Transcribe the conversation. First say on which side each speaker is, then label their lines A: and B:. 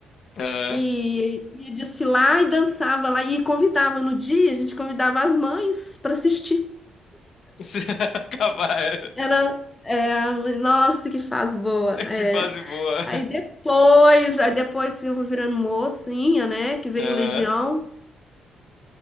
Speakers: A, on the left (about 60°); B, on the left (about 20°).
A: Aham.
B: e ia desfilar e dançava lá. E convidava no dia, a gente convidava as mães para assistir.
A: <laughs> Capaz.
B: Era, é, nossa, que fase boa. É,
A: Que fase boa.
B: Aí depois, aí depois eu vou virando mocinha, né? Que veio
A: Aham.
B: o Legião.